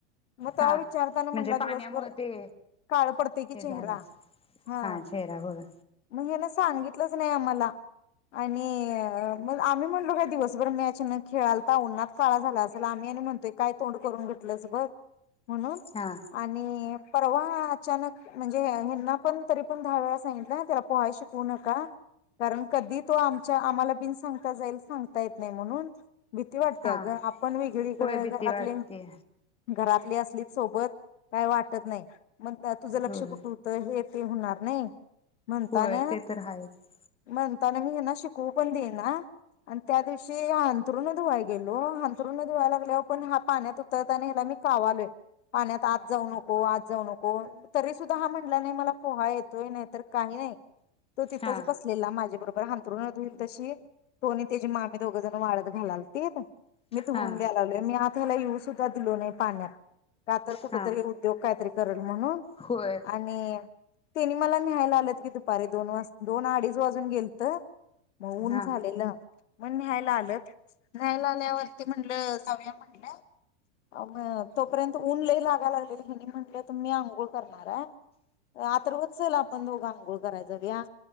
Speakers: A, on the left; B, on the left.
A: म तेव्हा
B: हा
A: विचारताना म्हटला
B: म्हणजे
A: दिवसभर
B: पाण्यामुळे ते
A: काळ पडतय की
B: हे
A: चेहरा
B: झालं असेल.
A: हा
B: चेहरा होय
A: मंग ह्यानं सांगितलंच नाही आम्हाला आणि मग आम्ही म्हणलो काय दिवसभर मॅच न खेळालता उन्हात काळा झाला असेल आम्ही आणि म्हणतोय काय तोंड करून घेतलंस बग म्हणून
B: हा
A: आणि परवा अचानक म्हणजे हेंना पण तरी पण दहा वेळा सांगितलं हा त्याला पोहाय शिकवू नका कारण कधी तो आमच्या आम्हाला बिन सांगता जाईल सांगता येत नाही. म्हणून भीती वाटत्या
B: हा
A: ग आपण वेगळीकड
B: होय भीती
A: घरातले
B: वाटते
A: घरातली असलीत सोबत काय वाटत नाही मग दा तुझं लक्ष
B: होय
A: कुठ होतं हे ते होणार नाही. म्हणता
B: होय
A: न
B: ते तर आहेच
A: म्हणता ह्यांना शिकवू पण देईना अन् त्यादिवशी अंथरुण धुवाय गेलो अंथरुण धुवाय लागल्यावर पण हा पाण्यात उतरताना ह्याला मी कावालोय पाण्यात आत जाऊ नको आत जाऊ नको तरी सुद्धा हा म्हणला नाही मला पोहा येतोय नाही तर काही नाही तो तिथंच
B: हा
A: बसलेला माझ्या बरोब हांतुरण धुईल तशी तो न त्याची मामी दोघजण वाळत घालालतीयक मी धूऊन
B: हा
A: घ्यायला लावल मी आत त्याला येऊ सुद्धा दिलो नाही. पाण्यात का तर कुठ
B: हा
A: तरी उद्योग काहीतरी करल म्हणून
B: होय
A: आणि त्यांनी मला न्याहायला आलेत की दुपारी दोन वाज दोन अडीच वाजून गेलत म ऊन
B: हा
A: झालेलं मग न्याहायला आलंत न्यायला आल्यावरती म्हणलं जाऊया म्हटलं अन तोपर्यंत ऊन लय लागाला लागलेल हेनी म्हटलं त मी आंघोळ करणार आहे अथर्व चल आपण दोघं आंघोळ कराय जाऊया